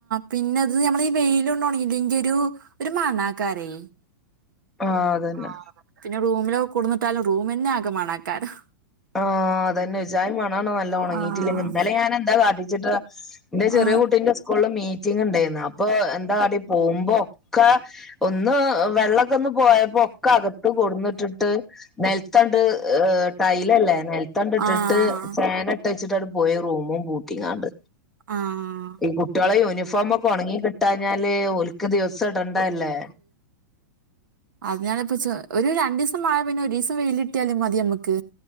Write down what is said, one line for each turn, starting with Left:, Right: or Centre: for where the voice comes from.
Right: പിന്നെ അത് ഞമ്മള ഈ വെയിലൊണ്ടണങ്ങില്ലങ്കി ഒരു ഒരു മണാക്കാരേ
Centre: ആഹ് അതന്നെ
Right: ആഹ് പിന്നെ റൂമിലൊക്കെ കൊണ്ടുവന്നിട്ടാലും റൂം തന്നെ ആകെ മണക്കാരും
Centre: ആഹ് അതന്നെ ഒജായി മണാണ് നല്ല ഉണങ്ങിട്ടില്ലങ്കി
Right: ആഹ്
Centre: ഇന്നലെ ഞാൻ എന്താ കാട്ടിച്ചിട്ടാ ഇന്റെ ചെറിയ
Right: ആഹ്
Centre: കുട്ടീന്റെ സ്കൂ ളിൽ മീറ്റിങ് ഇണ്ടെന്നു അപ്പൊ എന്താ കാട്ടി പോകുമ്പോ ഒക്ക ഒന്ന് വെള്ളൊക്ക ഒന്ന് പോയപ്പോ ഒക്കെ അകത്ത് കൊടുന്നിട്ടിട്ട് നെലത്തങ്ങട്ട് ടൈ ല്ലല്ലേ നെലത്തങ്ങിട്ടിട്ട്
Right: ആഹ്
Centre: ഫാൻ ഇട്ടച്ചിട്ട് പോയി റൂമും പൂട്ടി ങ്ങാണ്ട്
Right: ആഹ്
Centre: ഈ കുട്ടികളെ യൂണിഫോമൊക്കെ ഉണങ്ങി കിട്ടാഞ്ഞാല് ഓൽ ക്ക് ദിവസം ഇടണ്ടല്ലേ
Right: അതിനാല ഇപ്പ ഒരു രണ്ട് ദിവസം മഴ പിന്നെ ഒരു ദിവസം വെയിലിട്ടിയാലും മതി നമുക്ക്